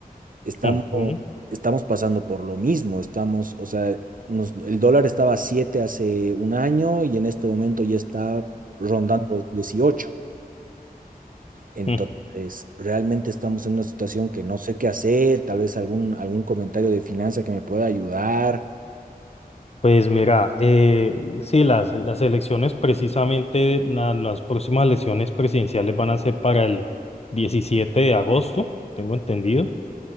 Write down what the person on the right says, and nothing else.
estamos,
estamos pasando por lo mismo, estamos, o sea, nos- el dólar estaba a 7 hace un año y en este momento ya está rondando los dieciocho Entonces,
realmente estamos en una situación que no sé qué hacer, tal vez algún, algún comentario de finanza que me pueda ayudar.